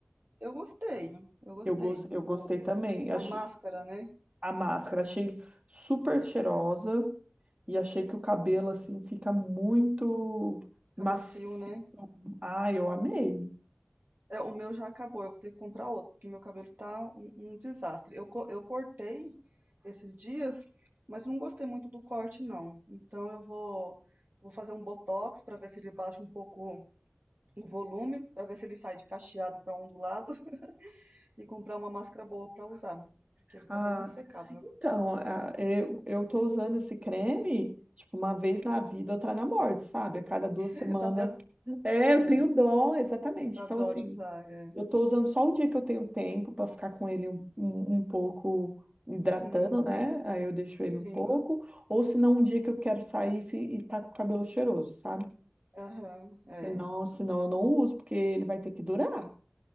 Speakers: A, on the right; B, on the right.
A: Eu gostei, eu gostei.
B: Eu, gos- eu gostei
A: O,
B: também.
A: a
B: Achei-
A: máscara, né?
B: a máscara, achei super cheirosa e achei que o cabelo, assim, fica muito
A: Fica
B: macio.
A: macio, né?
B: Ah, eu amei.
A: É, o meu já acabou, eu vou ter que comprar outro, porque meu cabelo tá um, um desastre. Eu, co- eu cortei esses dias, mas não gostei muito do corte, não. Então eu vou, vou fazer um botox para ver se ele baixa um pouco o volume, para ver se ele sai de cacheado para ondulado <laughs> e comprar uma máscara boa para usar, porque ele tá
B: Ah,
A: bem ressecado, meu.
B: então, ah, eu, eu tô usando esse creme, tipo, uma vez na vida, outra na morte, sabe? A cada duas
A: <laughs>
B: semanas.
A: Dá até
B: É, eu
A: é,
B: tenho dó, exatamente.
A: dá
B: Então,
A: dó
B: assim.
A: de usar, é.
B: Eu estou usando só o dia que eu tenho tempo para ficar com ele um, um, um pouco hidratando,
A: Uhum,
B: né? Aí eu deixo ele um
A: sim,
B: pouco. Ou se não, um dia que eu quero sair e, fi- e tá com o cabelo cheiroso, sabe?
A: aham, é.
B: Senão, senão eu não uso, porque ele vai ter que durar.